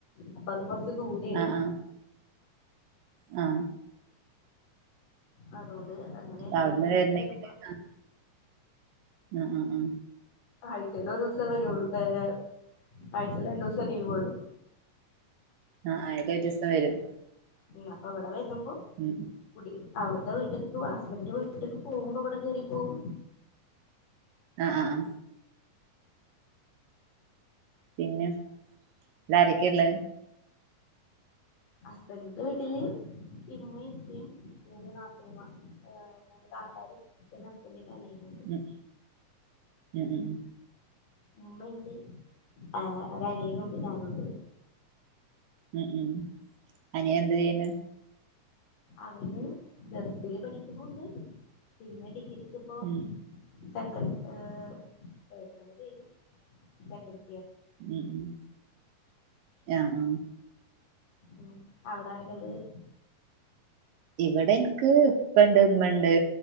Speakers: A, on the left; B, on the right.
A: അപ്പ അത് കൊറച്ച് ദൂരാണ്
B: ആ ആ ആ
A: അതുകൊണ്ട് അങ്ങനെ
B: അപ്പൊ
A: ഈ
B: അവിടുന്ന്
A: ലീവില്
B: വരുന്നെങ്കില്
A: വരുമ്പോ
B: ആ ആ ആ ആ
A: ആഴ്ചൽ ഒരു ദിവസേ വരള്ളൂ ഏ ഏ ആഴ്ചൽ രണ്ടു ദിവസേ ലീവൊള്ളു
B: ആഹ് അയില് ഒരു ദിവസം വരും
A: ഉം അപ്പം ഇവിടെ വന്നുമ്പോ
B: ഉം ഉം
A: കുടി അവിടുത്തെ വീട്ട്ക്ക് ഹസ്ബൻന്റെ വീട്ടിക്ക് പോകുമ്പോ ഇവിടെ കേറി പോവും
B: ആ ആ ആ പിന്നെ ഇടെ ആരൊക്കെയള്ളത്
A: ഹസ്ബന്റിന്റെ വീട്ടില് ഇമ്മയും ഇപ്പയും മൂന്ന് നാത്തൂൻമാ ഏ മൂന്ന് താത്താരും പിന്നെ ഹസ്ബന്റിന്റെ അനിയനുണ്ട്
B: ഉം ഉം ഉം
A: ഉമ്മയുണ്ട് ആ ഒരു അനിയനുണ്ട് ഞാനുണ്ട്
B: ഉം ഉം അനിയൻ എന്ത് ചെയ്ണ്
A: അവന് ദർസ്സില് പഠിക്ക്ണൂണ്ട് പിന്നെ ഡിഗ്രി ഇപ്പോ
B: ഉം
A: സെക്കൻ് ഏഹ് സെക്കന്റ് കയ്ഞ്ഞു <unintelligible>
B: ഉം ഉ ആഹ് ആഹ്
A: അഹ് അവിടാരൊക്കെള്ളഹ്
B: ഇവിടെ ഇൻക്ക് ഇപ്പണ്ട് ഉമ്മണ്ട്